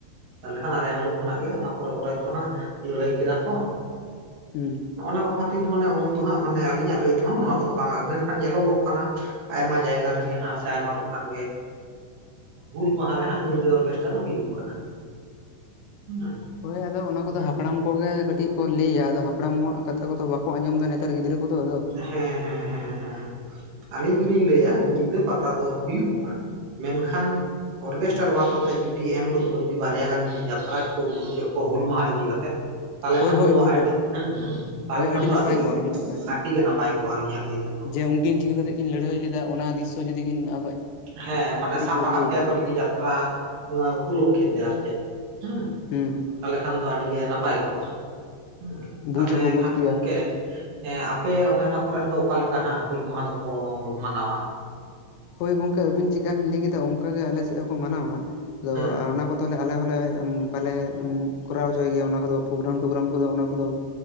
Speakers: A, on the right; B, on the left.
A: ᱛᱟᱦᱞᱮ ᱠᱷᱟᱱ ᱟᱨ ᱮᱱᱦᱤᱞᱳᱜ ᱠᱷᱚᱱᱟᱜ ᱜᱮ ᱚᱱᱟ ᱯᱚᱨᱮ ᱯᱚᱨᱮ ᱛᱚ ᱦᱟᱸᱜ ᱞᱟᱹᱲᱦᱟᱹᱭ ᱠᱮᱫᱟ ᱠᱚ
B: ᱦᱩᱸ
A: ᱱᱚᱜᱼᱱᱟ ᱱᱚᱣᱟ ᱠᱚ ᱠᱷᱟᱹᱛᱤᱨ ᱢᱟᱱᱮ ᱩᱱ ᱫᱚ ᱦᱟᱸᱜ ᱢᱟᱱᱮ ᱟᱹᱞᱤᱧᱟᱜ ᱞᱟᱹᱭ ᱛᱮᱦᱚᱸ ᱱᱚᱣᱟ ᱠᱚᱫᱚ ᱵᱟᱝ ᱢᱮᱱᱠᱷᱟᱱ ᱧᱮᱞᱚᱜᱚᱜ ᱠᱟᱱᱟ ᱟᱭᱢᱟ ᱡᱟᱭᱜᱟ ᱨᱮᱜᱮ ᱦᱟᱸᱜ ᱥᱮ ᱟᱭᱢᱟ ᱴᱚᱴᱷᱟ ᱨᱮᱜᱮ ᱦᱩᱞ ᱢᱟᱦᱟ ᱨᱮᱦᱟᱸᱜ ᱧᱤᱫᱟᱹ ᱚᱨᱜᱮᱥᱴᱟᱨ ᱦᱩᱭᱩᱜ ᱠᱟᱱᱟ ᱦᱮᱸ
B: ᱦᱳᱭ ᱟᱫᱚ ᱚᱱᱟ ᱠᱚᱫᱚ
A: ᱦᱮᱸ
B: ᱦᱟᱯᱲᱟᱢ ᱠᱚᱜᱮ ᱠᱟᱹᱴᱤᱡ ᱠᱚ ᱞᱟᱹᱭᱟ ᱟᱫᱚ ᱦᱟᱯᱲᱟᱢᱟᱜ ᱠᱟᱛᱷᱟ ᱠᱚᱫᱚ ᱵᱟᱠᱚ ᱟᱸᱡᱚᱢ ᱮᱫᱟ ᱱᱮ ᱛᱟᱨ ᱜᱤᱫᱽᱨᱟᱹ ᱠᱚᱫᱚ ᱟᱫᱚ
A: ᱦᱮᱸ ᱦᱮᱸ ᱦᱮᱸ ᱦᱮᱸ ᱟᱹᱞᱤᱧ ᱫᱚᱞᱤᱧ ᱞᱟᱹᱭᱟ ᱧᱤᱫᱟᱹ ᱯᱟᱛᱟ ᱫᱚ ᱦᱩᱭᱩᱜ ᱢᱟ ᱢᱮᱱᱠᱷᱟᱱ ᱚᱨᱠᱮᱥᱴᱟᱨ ᱵᱟᱫ ᱠᱟᱛᱮ ᱡᱩᱫᱤ ᱮᱱᱦᱤᱞᱳᱜ ᱫᱚ ᱡᱩᱫᱤ ᱵᱟᱨᱭᱟ ᱜᱟᱱ ᱡᱩᱫᱤ ᱡᱟᱛᱨᱟ ᱜᱮᱠᱚ ᱩᱫᱩᱜ ᱦᱚᱪᱚᱭᱮᱫ ᱠᱚᱣᱟ ᱦᱩᱞ ᱢᱟᱦᱟ ᱤᱫᱤ ᱠᱟᱛᱮᱫ ᱛᱟᱦᱚᱞᱮ
B: ᱦᱳᱭ
A: ᱠᱷᱟᱱ
B: ᱦᱳᱭ
A: ᱫᱚ
B: ᱦᱳᱭ
A: ᱟᱹᱰᱤ ᱦᱩᱸ ᱦᱩᱹ ᱛᱟᱦᱞᱮ
B: ᱦᱳᱭ
A: ᱠᱷᱟᱱ ᱫᱚ
B: ᱱᱟᱯᱟᱭ
A: ᱟᱹᱰᱤ
B: ᱠᱚᱜᱼᱟ
A: ᱜᱮ
B: ᱱᱟᱯᱟᱭ ᱠᱚᱜᱼᱟ
A: ᱟᱹᱰᱤᱜ ᱜᱮ ᱱᱟᱯᱟᱭ ᱠᱚᱜᱼᱟ ᱤᱧᱟᱹᱜ ᱞᱟᱹᱭ ᱛᱮᱫᱚ
B: ᱡᱮ ᱩᱱᱠᱤᱱ ᱪᱤᱠᱟᱹ ᱠᱟ ᱠᱟᱛᱮᱫ ᱠᱤᱱ ᱞᱟᱹᱲᱦᱟᱹᱭ ᱞᱮᱫᱟ ᱚᱱᱟ ᱫᱤᱥᱥᱚ ᱡᱩᱫᱤ ᱠᱤᱱ <unintelligible>
A: ᱦᱮᱸ ᱢᱟᱱᱮ
B: ᱠᱟᱹᱴᱤᱡ
A: ᱥᱟᱵ ᱨᱟᱠᱟᱵ
B: ᱤᱭᱟᱹᱭᱟ
A: ᱠᱮᱭᱟ ᱠᱚ ᱡᱩᱫᱤ ᱡᱟᱛᱨᱟ ᱩᱯᱚᱞᱚᱠᱠᱷᱮ ᱛᱮ ᱟᱨ ᱪᱮᱫ ᱦᱮᱸ
B: ᱦᱩᱸ
A: ᱛᱟᱦᱚᱞᱮ ᱠᱷᱟᱱ ᱫᱚ ᱟᱹᱰᱤᱜᱮ ᱱᱟᱯᱟᱭ ᱠᱚᱜᱼᱟ ᱦᱩᱸ
B: ᱵᱩᱡᱽ
A: ᱛᱟᱦᱞᱮ
B: ᱦᱚᱸᱠᱚ ᱵᱩᱡᱽ
A: ᱠᱷᱟᱱ
B: ᱠᱮᱭᱟ
A: ᱜᱚᱝᱠᱮ ᱦᱮᱸ ᱟᱯᱮ ᱚᱱᱮ ᱚᱱᱟ ᱠᱚᱨᱮ ᱫᱚ ᱚᱠᱟ ᱞᱮᱠᱟ ᱦᱟᱜ ᱦᱩᱞ ᱢᱟᱦᱟ ᱫᱚᱠᱚ ᱢᱟᱱᱟᱣᱟ
B: ᱦᱳᱭ ᱜᱚᱝᱠᱮ ᱟᱵᱤᱱ ᱪᱮᱠᱟ ᱵᱤᱱ ᱞᱟᱹᱭ ᱠᱮᱫᱟ ᱚᱱᱠᱟᱜ ᱜᱮ ᱟᱞᱮ ᱥᱮᱫ ᱦᱚᱸᱠᱚ ᱢᱟᱱᱟᱣᱟ ᱟᱫᱚ
A: ᱦᱩᱸ
B: ᱚᱱᱟ ᱠᱚ ᱫᱚᱞᱮ ᱟᱞᱮ ᱦᱚᱸᱞᱮ ᱵᱟᱞᱮ ᱠᱚᱨᱟᱣ ᱦᱚᱪᱚᱭ ᱜᱮᱭᱟ ᱚᱱᱟ ᱠᱚᱫᱚ ᱯᱨᱳᱜᱨᱟᱢ ᱴᱳᱜᱨᱟᱢ ᱠᱚᱫᱚ ᱚᱱᱟ ᱠᱚᱫᱚ